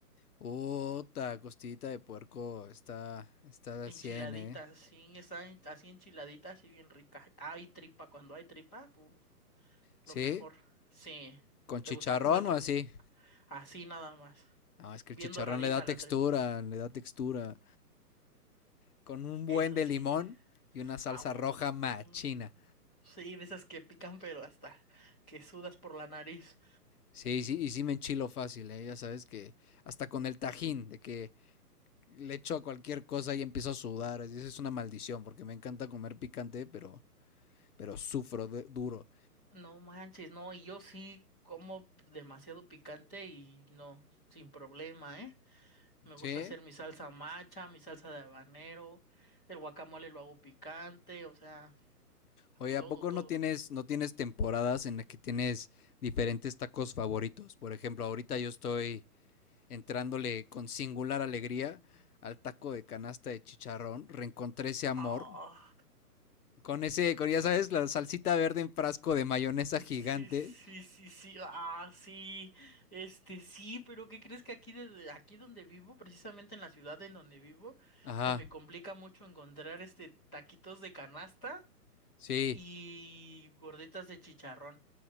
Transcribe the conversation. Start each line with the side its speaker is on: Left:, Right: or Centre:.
Left: Puta, costillita de puerco, está, está al
Centre: enchiladitas,
Left: 100, ¿eh?
Centre: sí, están así enchiladitas, así bien ricas. Hay tripa, cuando hay tripa, uh,
Left: Sí,
Centre: lo mejor. Sí,
Left: con
Centre: ¿te
Left: chicharrón
Centre: gustan los de tripa?
Left: o así.
Centre: Así nada más.
Left: No, es que
Centre: Bien
Left: el chicharrón
Centre: doradita
Left: le da
Centre: la
Left: textura,
Centre: tripa.
Left: le da textura. Con un
Centre: Eso
Left: buen de
Centre: sí.
Left: limón y una salsa
Centre: Ah, un montón.
Left: roja machina.
Centre: Un- Sí, de esas que pican, pero hasta que sudas por la nariz.
Left: Sí, sí, y sí me enchilo fácil, ¿eh? Ya sabes que hasta con el tajín, de que le echo a cualquier cosa y empiezo a sudar. así, eso Es una maldición, porque me encanta comer picante, pero, pero sufro de- duro.
Centre: No manches, no, y yo sí como demasiado picante y no, sin problema, ¿eh? Me
Left: ¿Sí?
Centre: gusta hacer mi salsa macha, mi salsa de habanero, el guacamole lo hago picante, o sea,
Left: Oye,
Centre: todo,
Left: ¿a poco
Centre: todo.
Left: no tienes, no tienes temporadas en las que tienes diferentes tacos favoritos? Por ejemplo, ahorita yo estoy entrándole con singular alegría al taco de canasta de chicharrón. Reencontré ese amor.
Centre: Ah,
Left: Con ese, con ya sabes, la salsita verde en frasco de mayonesa gigante.
Centre: Sí, sí, sí, sí, ah, sí, este, sí, pero ¿qué crees que aquí, desde, aquí donde vivo, precisamente en la ciudad en donde vivo,
Left: Ajá.
Centre: se me complica mucho encontrar, este, taquitos de canasta
Left: Sí.
Centre: y gorditas de chicharrón?